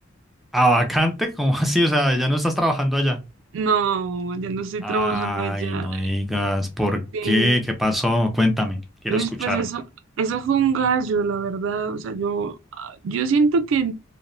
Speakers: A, in the centre; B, on the right (about 75°).
A: ¿A vacante? <laughs> ¿Cómo así? O sea, ya no estás trabajando allá.
B: No, ya no estoy
A: Ay,
B: trabajando allá.
A: no digas. ¿Por
B: Sí,
A: qué? ¿Qué pasó? Cuéntame. Quiero
B: Uy,
A: escuchar.
B: pues eso, eso fue un gallo, la verdad. O sea, yo, ah, yo siento que,